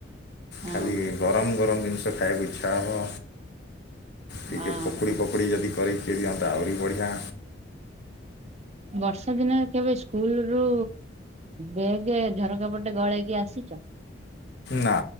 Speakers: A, on the right; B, on the left.
A: ହଁ
B: ଖାଲି ଗରମ ଗରମ ଜିନିଷ ଖାଇବାକୁ ଇଚ୍ଛା ହବ ଟିକେ
A: ହଁ
B: ପକୁଡ଼ି ଫକୁଡ଼ି ଯଦି କରିିକି ଦିଅନ୍ତା ଆହୁରି ବଢ଼ିଆ।
A: ବର୍ଷା ଦିନ କେବେ ସ୍କୁଲ ରୁ ବେଗେ ଝରକା ପଟେ ଗଳେଇକି ଆସିଚ?
B: ନା